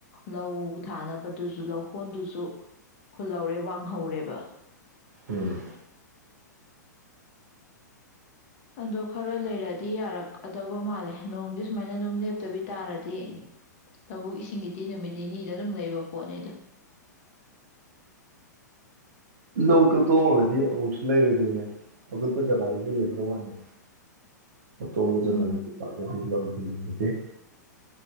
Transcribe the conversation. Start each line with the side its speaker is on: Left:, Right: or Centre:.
Left: ꯂꯧ ꯊꯥꯅꯕꯗꯨꯁꯨ ꯂꯧꯍꯣꯟꯗꯨꯁꯨ ꯍꯨꯜꯍꯧꯔꯦ ꯋꯥꯡꯍꯧꯔꯦꯕ
Right: ꯎꯝ
Left: ꯑꯗꯣ ꯈꯔ ꯂꯩꯔꯛꯑꯗꯤ ꯌꯥꯔꯛꯀꯗꯧꯕ ꯃꯥꯜꯂꯦ ꯅꯣꯡꯗꯤ ꯁꯨꯃꯥꯏꯅ ꯑꯗꯨꯝ ꯂꯦꯞꯇꯕꯤ ꯇꯥꯔꯗꯤ ꯂꯧꯕꯨꯛ ꯏꯁꯤꯡꯒꯤꯗꯤ ꯅꯨꯃꯤꯠ ꯅꯤꯅꯤꯗ ꯑꯗꯨꯝ ꯂꯩꯕ ꯄꯣꯠꯅꯤꯗ
Right: ꯂꯧꯗ‌ꯣ ꯇꯣꯡꯉꯒꯗꯤ ꯑꯃꯨꯛꯁꯨ ꯂꯩꯔꯨꯗꯣꯏꯅꯦ ꯑꯀꯨꯠꯄ ꯖꯒꯥꯗꯨꯗꯤ ꯂꯩꯕ ꯋꯥꯅꯤ ꯑꯇ‌ꯣꯡꯕ
Left: ꯎꯝ
Right: ꯖꯒꯥꯗꯗꯤ ꯄꯥꯛꯅ <unintelligible>